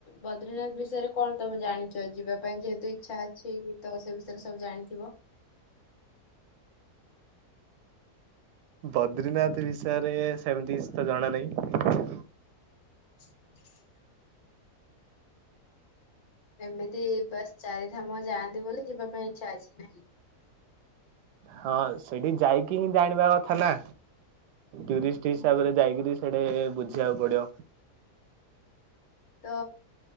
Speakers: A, on the left; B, on the right.
A: ବଦ୍ରୀନାଥ ବିଷୟରେ, କଣ ତମେ ଜାଣିଛ ଯିବା ପାଇଁ ଯେହେତୁ ଇଚ୍ଛା ଅଛି ତ ସେ ବିଷୟରେ ସବୁ ଜାଣିଥିବ।
B: ବଦ୍ରିନାଥ ବିଷୟରେ, ସେମିତି ତ ଜଣା ନାହିଁ
A: <inaudible> ଏମିତି ବାସ୍ ଚାରିଧାମ ଯାଆନ୍ତି ବୋଲି ଯିବା ପାଇଁ ଇଛା ଅଛି ନାହିଁ।
B: ହଁ ସେଠି ଯାଇକି, ହିଁ ଜାଣିବା କଥା ନା। ଟୁରିଷ୍ଟ ହିସାବରେ
A: ହୁଁ
B: ଯାଇକରି ସେଠେ ବୁଝିବାକୁ ପଡିବ।
A: ତ